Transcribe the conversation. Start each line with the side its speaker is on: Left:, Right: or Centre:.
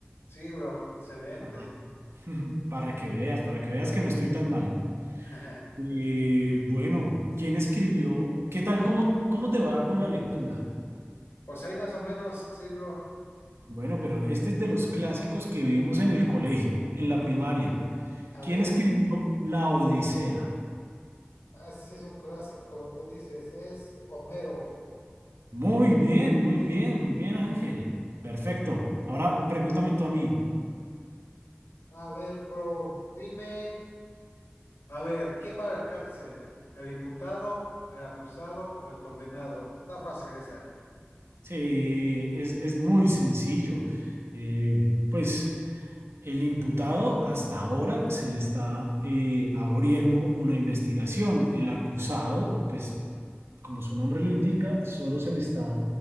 Left: sí, bro. Excelente.
Right: Ah, <laughs> Para que veas, para que veas que no estoy tan mal.
Left: <laughs>
Right: Eh, bueno, ¿quién escribió? ¿Qué tal? ¿Cómo, cómo te va con la lectura?
Left: Pues ahí más o menos, sí, bro.
Right: Bueno, pero este es de los clásicos que vimos en el colegio, en la primaria.
Left: A
Right: ¿Quién
Left: ver,
Right: escribió La Odisea?
Left: así es un clásico, como tú dices, es Homero.
Right: Muy bien, muy bien, muy bien, Ángel. Perfecto. Ahora pregúntame tú a mí.
Left: A ver, bro, dime, a ver, ¿quién va a la cárcel? ¿El imputado, el acusado o el condenado? Está fácil esa.
Right: Sí, es, es muy sencillo. Eh, pues El imputado hasta ahora se le está eh, abriendo una investigación. El acusado, pues como su nombre lo indica, solo se le está